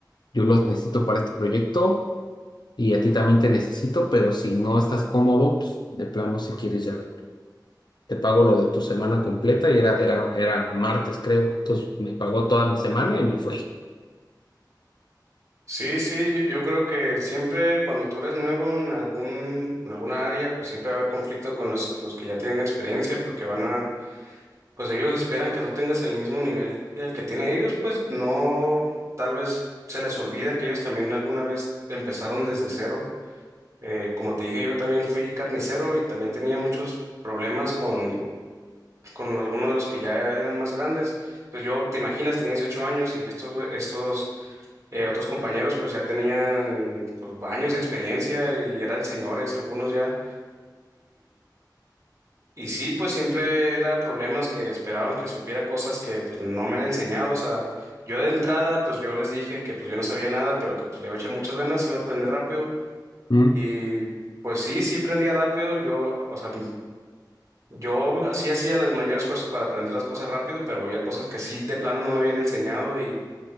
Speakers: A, on the left; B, on the right.
A: yo los necesito para este proyecto y a ti también te necesito, pero si no estás cómodo, pues de plano si quieres ya vete. Te pago lo de tu semana completa y era, era, era martes creo, entonces me pagó toda mi semana y me fui.
B: sí, sí, yo yo creo que siempre cuando tú eres nuevo en algún, en alguna área, pues siempre va a haber conflicto con los, los que ya tienen experiencia porque van a pues ellos esperan que tú tengas el mismo nivel que el que tienen ellos, pues no, tal vez se les olvida que ellos también alguna vez empezaron desde cero. Eh, como te dije, yo también fui carnicero y también tenía muchos problemas con, con algunos de los que ya eran más grandes. Pues yo, te imaginas, tenía 18 años y estos, güe- estos eh, otros compañeros pues ya tenían pues, años de experiencia y eran señores, algunos ya. Y sí, pues siempre era problemas que esperaban que supiera cosas que pues no me han enseñado. O sea, yo de entrada, pues yo les dije que pues yo no sabía nada, pero que pues le iba a echar muchas ganas, iba a aprender rápido.
A: Mm,
B: Y pues sí, sí aprendía rápido. Yo, o sea, yo así hacía el mayor esfuerzo para aprender las cosas rápido, pero había cosas que sí de plano no me habían enseñado y,